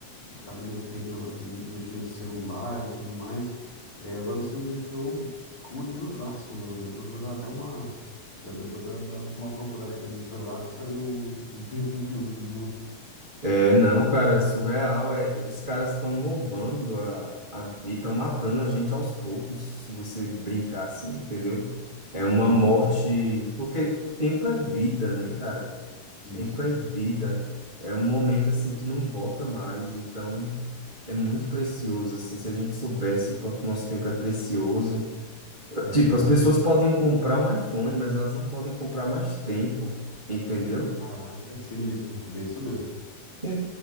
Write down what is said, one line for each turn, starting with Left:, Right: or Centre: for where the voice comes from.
Left: Vou ficar menos tempo no negócio de mexendo no celular e tudo mais. É, agora você me deixou curiosaço, mano. Depois eu vou dar até uma... eu Vou até dar uma procurada aqui no celular para saber o, o tempo de uso
Right: É, não, cara, é surreal. É, os caras estão roubando a, a vida, estão matando a gente aos poucos, se você brincar assim, entendeu? É uma
Left: Sim,
Right: morte,
Left: isso. Registro.
Right: porque tempo é vida, né, cara?
Left: Isso.
Right: Tempo é vida, é um momento assim que não volta mais, então é muito precioso, assim, se a gente soubesse o quanto nosso tempo é precioso.
Left: É.
Right: Tipo, as pessoas podem comprar um iPhone, mas elas não podem comprar mais tempo, entendeu?
Left: Caraca, sinistro. É bem isso mesmo.
Right: É,